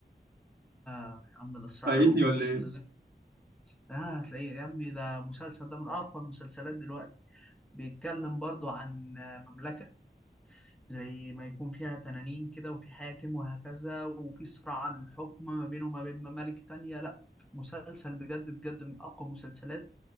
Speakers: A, in the centre; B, on the right.
A: يا عم ده صراع
B: فايتني
A: العروش
B: ولا ايه
A: انت ازاي آه هتلاقيه يا ابني ده مسلسل ده من اقوى المسلسلات دلوقتي بيتكلم برضو عن آه، مملكة زي ما يكون فيها تنانين كده وفي حاكم وهكذا وفي صراع عن الحكم ما بينه وما بين ممالك تانية لا مسلسل بجد بجد من اقوى المسلسلات